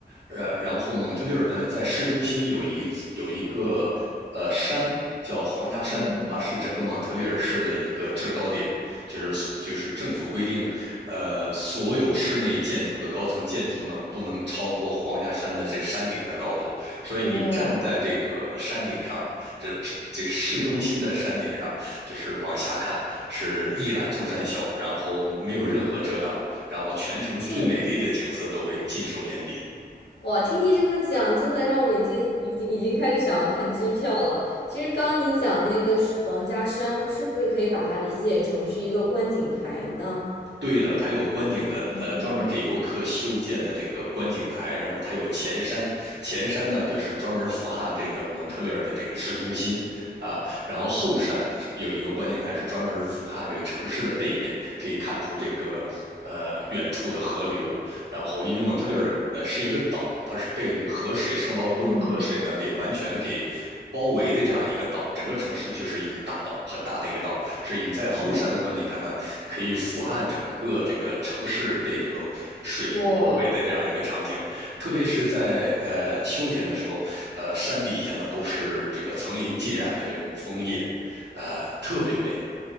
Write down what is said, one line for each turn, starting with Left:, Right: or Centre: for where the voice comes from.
Right: 呃，然后蒙特利尔呢在市中心有一有一个呃山叫皇家山，
Left: 嗯，
Right: 它是整个蒙特利尔市的一个制高点，就是就是政府规定，呃，所有室内建筑的高层建筑呢不能超过皇家山的这山顶的高度。所以你站在这个山顶上，
Left: 哇，
Right: 这这市中心的山顶上，就是往下看，是一览众山小，然后没有任何遮挡，然后全城最美丽的景色都会尽收眼底。
Left: 听哇听你这么讲，真的让我已经已经已经开始想要看机票了。其实刚刚你讲那个是皇家山，是不是可以把它理解成是一个观景台呢？
Right: 对的，它有观景的，
Left: 嗯
Right: 呃，专门给游客修建的这个观景台，然后它有前山，前山呢就是专门俯瞰这个蒙特利尔的这个市中心啊，然后后山有一个观景台是专门俯瞰这个城市的背面，可以看出这个呃远处的河流，然后因为蒙特利尔呃是一个岛，它是被这个河水圣劳敦河水呢给完全给包围的这样一个岛，
Left: 嗯，
Right: 整个城市就是一个大岛，很大的一个岛，所以你在后山的观景台呢，可以俯瞰整个这个城市被这个水包围的这样一个场景。
Left: 哇
Right: 特别是在呃秋天的时候，呃山底下呢都是这个层林尽染的这种枫叶，呃特别美。